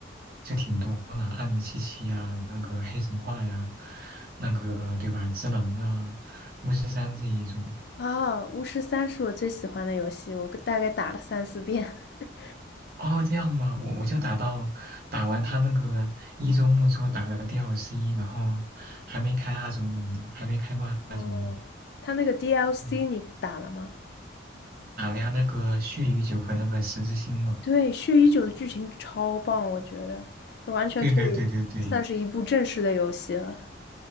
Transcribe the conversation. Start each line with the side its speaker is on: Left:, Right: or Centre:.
Right: 就挺多了，二零七七呀，那个黑神话呀，那个对吧，只狼啊，巫师三这一种。
Left: 啊，巫师三是我最喜欢的游戏，我大概打了三四遍。<laughs>
Right: 哦，这样嘛，我我就打到打完他那个一周目之后打了 DLC，然后还没开二周目呢，还没开过二周目，
Left: 嗯，它那个 DLC
Right: 嗯，
Left: 你打了吗？
Right: 打了下那个血与酒和那个十字星嘛。
Left: 对，血与酒的剧情超棒，我觉得完全可以算是一部正式的游戏了。
Right: 对对对对对，